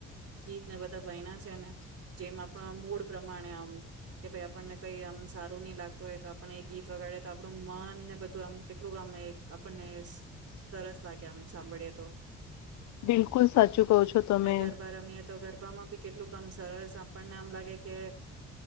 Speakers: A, on the right; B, on the left.
A: ગીત ને બધા બઈના છે ને. જેમ આપણા મૂડ પ્રમાણે આમ કે ભાઈ આપણને કઈ આમ સારું નઈ લાગતું હોય તો આપને એ ગીત વગાડે તો આપણું મન ને બધું આમ કેટલું આમ આપણને સરસ લાગે આમ સાંભળીએ તો
B: બિલકુલ સાચું કહો છો તમે.
A: ને ગરબા રમીએ તો ગરબામાં ભી કેટલું કામ સરસ આપણને આમ લાગે કે